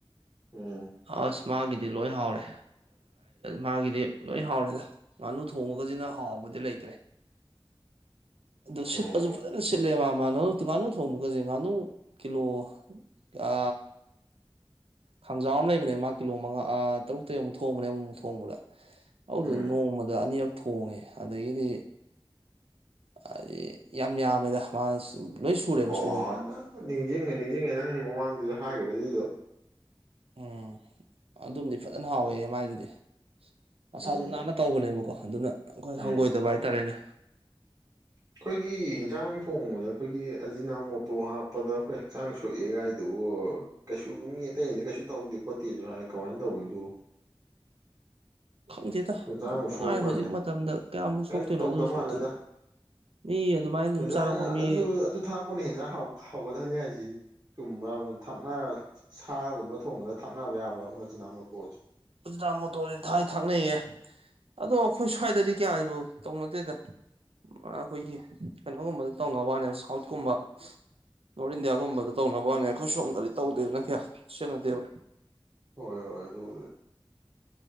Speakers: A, on the right (about 35°); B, on the right (about 80°).
A: ꯎꯝ ꯎꯝ
B: ꯑꯁ ꯃꯥꯒꯤꯗꯤ ꯂꯣꯏ ꯍꯥꯎꯔꯦ ꯃꯥꯒꯤꯗꯤ ꯂꯣꯏ ꯍꯥꯎꯔꯦꯗ꯫ ꯉꯥꯅꯨ ꯊꯣꯡꯕꯒꯁꯤꯅ ꯍꯥꯎꯕꯗꯤ ꯂꯩꯇ꯭ꯔꯦ ꯑꯗꯨ ꯁꯤꯠꯄꯁꯨ
A: ꯑꯣ
B: ꯐꯖꯅ ꯁꯤꯠ ꯁꯤꯠꯂꯦ ꯃꯥꯃ ꯉꯥꯅꯨ ꯉꯥꯅꯨ ꯊꯣꯡꯕꯒꯁꯦ ꯉꯥꯅꯨ ꯀꯤꯂꯣ ꯀ꯭ꯌꯥ ꯈꯥꯡꯖꯥꯎ ꯑꯃ ꯂꯩꯕꯅꯦ ꯃꯥ ꯀꯤꯂꯣ ꯃꯉꯥ ꯑꯥ ꯇꯔꯨꯛꯇ ꯑꯃꯨꯛ ꯊꯣꯡꯕꯅꯦ ꯑꯃꯨꯛꯃꯨꯛ ꯊꯣꯡꯕꯗ꯫ ꯑꯗꯨꯗꯨ
A: ꯎꯝ
B: ꯅꯣꯡꯃꯗ ꯑꯅꯤꯔꯛ ꯊꯣꯡꯉꯦ ꯑꯗꯒꯤꯗꯤ ꯍꯥꯏꯗꯤ ꯌꯥꯝ ꯌꯥꯝꯃꯦꯗ ꯃꯥꯅ ꯂꯣꯏ ꯁꯨꯔꯦꯕ ꯁꯨ
A: ꯑꯣ ꯅ ꯅꯤꯡꯁꯤꯡꯉꯦ ꯅꯤꯡꯁꯤꯡꯉꯦ ꯅꯪ ꯃꯃꯥꯡꯗꯁꯨ ꯍꯥꯏꯈ꯭ꯔꯦ ꯑꯗꯨꯗꯣ꯫
B: ꯎꯝ ꯑꯗꯨꯝꯗꯤ ꯐꯖꯅ ꯍꯥꯎꯋꯦ ꯃꯥꯏꯗꯨꯗꯤ꯫ ꯃꯁꯥꯁꯨ
A: ꯎꯝ
B: ꯅꯥꯟꯅ ꯇꯧꯕꯅꯦꯕꯀꯣ ꯑꯗꯨꯅ ꯑꯩꯈꯣꯏ
A: ꯎꯝ
B: ꯍꯪꯒꯣꯏꯗꯕ ꯍꯥꯏꯇꯥꯔꯦꯅꯦ꯫
A: ꯑꯩꯈꯣꯏꯒꯤ ꯍꯦꯟꯖꯥꯡ ꯊꯣꯡꯕꯗ ꯑꯩꯈꯣꯏꯒꯤ ꯑꯖꯤꯅꯥꯃꯣꯇꯣ ꯍꯥꯞꯄꯗ ꯑꯩꯈꯣꯏ ꯍꯛꯆꯥꯡ ꯁꯣꯛꯑꯦ ꯒꯥꯏꯗꯨꯕꯨ ꯀꯩꯁꯨ ꯃꯤ ꯑꯇꯩ ꯅꯗꯤ ꯀꯩꯁꯨ ꯇꯧꯗꯦ ꯈꯣꯠꯇꯦꯁꯨ ꯍꯥꯏ ꯀꯃꯥꯏꯅ ꯇꯧꯕꯅꯣꯗꯨ꯫
B: ꯈꯪꯗꯦꯗ
A: ꯍꯛꯆꯥꯡꯕꯨ
B: ꯄꯨꯡꯉꯥꯏ
A: ꯁꯣꯛꯄ꯭ꯔꯅꯦ
B: ꯍꯧꯖꯤꯛ ꯃꯇꯝꯗ ꯀꯌꯥꯃꯨꯛ
A: ꯀꯩꯝ
B: ꯁꯣꯛꯇꯣꯏꯅꯣ
A: ꯇꯧꯗ
B: ꯑꯗꯨꯅꯣ
A: ꯃꯥꯜꯂꯦꯗ
B: ꯁꯣꯛꯇꯣꯏꯅꯣ꯫ ꯃꯤ ꯑꯗꯨꯃꯥꯏꯅ ꯑꯗꯨꯝ
A: ꯍꯦꯟꯖꯥꯡ
B: ꯆꯥꯔꯛꯄ ꯃꯤ
A: ꯑꯗꯨ ꯑꯗꯨ ꯊꯥꯛꯄꯅ ꯍꯦꯟꯖꯥꯡ ꯍꯥꯎ ꯍꯥꯎꯒꯠꯍꯜꯂꯦ ꯍꯥꯏꯁꯤ ꯆꯨꯝꯕ꯭ꯔꯥꯕ ꯊꯥꯛꯅ ꯁꯥꯒꯨꯝꯕ ꯊꯣꯡꯕꯗ ꯊꯥꯛꯅꯕ ꯌꯥꯕ꯭ꯔꯕ ꯑꯖꯤꯅꯥꯃꯣꯇꯣꯁꯦ꯫
B: ꯑꯖꯤꯅꯥꯃꯣꯇꯣꯁꯦ ꯊꯥꯏ ꯊꯥꯛꯅꯩꯌꯦ꯫ ꯑꯗꯣ ꯑꯩꯈꯣꯏ ꯁ꯭ꯋꯥꯏꯗꯗꯤ ꯀꯌꯥꯕꯨ ꯇꯧꯅꯗꯦꯗ꯫ ꯃ ꯑꯩꯈꯣꯏꯒꯤ ꯀꯩꯅꯣꯒꯨꯝꯕꯗ ꯇꯧꯅꯕ ꯋꯥꯅꯦꯕ ꯁꯥꯎꯠꯀꯨꯝꯕ꯫ ꯅꯣꯔꯠ ꯏꯟꯗꯤꯌꯥꯒꯨꯝꯕꯗ ꯇꯧꯅꯕ ꯋꯥꯅꯦ ꯑꯩꯈꯣꯏ ꯁꯣꯝꯗꯗꯤ ꯇꯧꯗꯦꯗꯅ ꯀꯌꯥ ꯁꯤꯟꯅꯗꯦꯕ꯫
A: ꯍꯣꯏ ꯍꯣꯏ ꯑꯗꯨꯕꯨꯗꯤ꯫